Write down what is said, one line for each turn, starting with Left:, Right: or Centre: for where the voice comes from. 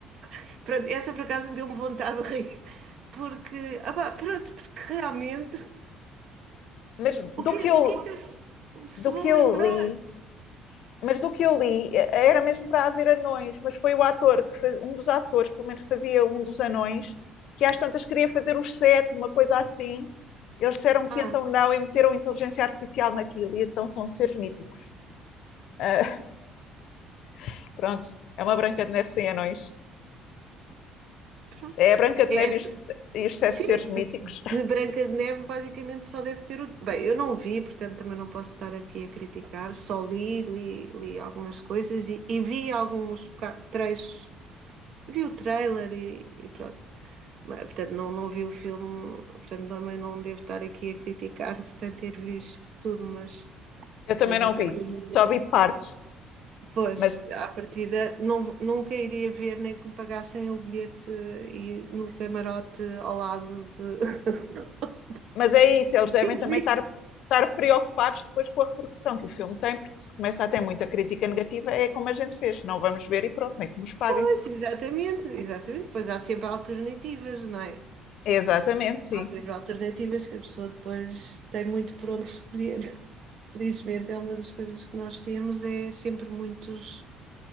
Right: <laughs> Pronto, essa por acaso deu-me vontade de rir, porque, ah pá, pronto, porque realmente,
Left: Mas
Right: o
Left: do
Right: que,
Left: que eu
Right: o que é que eles se
Left: do
Right: vão
Left: que eu
Right: lembrar?
Left: li, mas do que eu li, eh, era mesmo para haver anões, mas foi o ator que faz, um dos atores, pelo menos que fazia um dos anões, que às tantas queria fazer os sete, uma coisa assim. Eles disseram que
Right: Ah,
Left: então não e meteram inteligência artificial naquilo, e então são seres míticos. Ah, <laughs> pronto, é uma Branca de Neve sem anões.
Right: pronto,
Left: É a Branca de
Right: é,
Left: Neve
Right: é tu-
Left: e os, e os sete
Right: Sim,
Left: seres míticos. <laughs>
Right: de, de Branca de Neve basicamente só deve ter o. Bem, eu não vi, portanto também não posso estar aqui a criticar, só li, li, li algumas coisas e, e vi alguns boca- trechos, vi o trailer e, e pronto. Mas, portanto, não, não vi o filme, portanto também não devo estar aqui a criticar sem ter visto tudo, mas,
Left: Eu também
Right: mas
Left: não
Right: à partida,
Left: vi, só vi partes,
Right: pois,
Left: mas
Right: à partida não, nunca iria ver nem que me pagassem o bilhete eh, e no camarote ao lado de. <laughs>
Left: Mas é isso, eles devem
Right: E vi.
Left: também estar, estar preocupados depois com a repercussão que o filme tem, porque se começa a ter muita crítica negativa, é como a gente fez, não vamos ver e pronto, nem que nos paguem.
Right: Pois, exatamente, exatamente. Pois há sempre alternativas, não é?
Left: Exatamente,
Right: Há sempre
Left: sim,
Right: alternativas que a pessoa depois tem muito por onde escolher. <laughs> Felizmente é uma das coisas que nós temos, é sempre muitos,